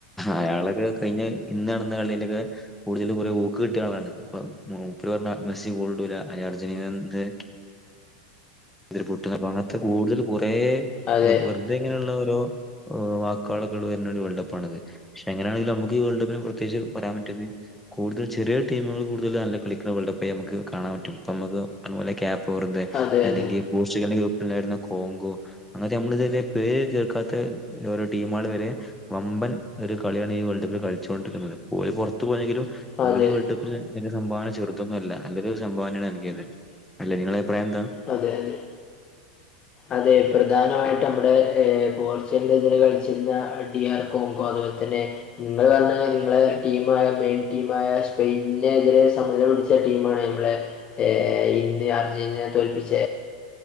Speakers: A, in the centre; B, on the left.
A: അയാളൊക്കെ കഴിഞ്ഞ ഇന്ന് നടന്ന കളീലൊക്കെ കൂടുതൽ കൊറേ ഊക്ക് കിട്ടിയ ആളാണ് അപ്പ മൂപ്പര് പറഞ്ഞ് മെസ്സി ഗോള്ടൂല അർജന്റീനന്ന്ൻ്റെ ഇതിൽ കൂടുതൽ കുറേ
B: അതെ
A: വെർ വെർ ഇത്ങ്ങനെള്ള ഓരോ വാക്കുകൾ വര്ന്ന വേൾഡപ്പ് ആണല്ലെ പക്ഷെങ്ങനെയാെങ്കിലു നുക്ക് ഈ വേൾഡ് കപ്പന് പ്രത്യേകിച്ച് പറയാൻ പറ്റത് കൂടുതൽ ചെറിയ ടീമുകൾ കൂടുതൽ നല്ല കളിക്ക്ണ വേൾഡ് കപ്പായി നമുക്ക് കാണാൻ പറ്റും പ്പ മ്മക്ക് അതുപോലെ കേപ് വർദ്ധെ
B: അതെ
A: അല്ലെങ്കിൽ
B: അതെ
A: പോർച്ചുഗൽ ൻ്റെ ഗ്രൂപ്പിസുണ്ടായിരുന്ന കോങ്കോ ആദ്യം നമ്മള് ഇതി പേര് ചേർക്കാത്ത ഓരോ ടീമാള് വരെ വമ്പൻ ഒരു കളിയാണ് ഈ വേൾഡ് കപ്പിൽ കളിച്ചുകൊണ്ടിരിന്നത് ഓല് പുറത്തു പോയങ്കിലും ഓല്
B: അതെ
A: വേൾഡ് കപ്പിന് എ സംഭാവന ചെറുതൊന്നുല്ല നല്ലൊരു സംഭാവനയാണ് നൽകിയത് അല്ലെ നിങ്ങളെ അഭിപ്രായെന്താ
B: അതെ യതെ അതെ പ്രധാനമായിട്ട് നമ്മടെ ഹേ പോർച്ചുഗലിനെതിരെ കളിച്ചിരുന്ന ഡി ആർ കോങ്കോ അതുപോലെ തന്നെ നിങ്ങള് പറഞ്ഞ നിങ്ങളെ ടീമായ മെയിൻ ടീമായ സ്പെയിനെ എതിരെ സമരം മറ്റേ ടീമാ നമ്മളെ ഏ ഇന്ത്യ അർജന്റീനനെ തോൽപ്പിച്ച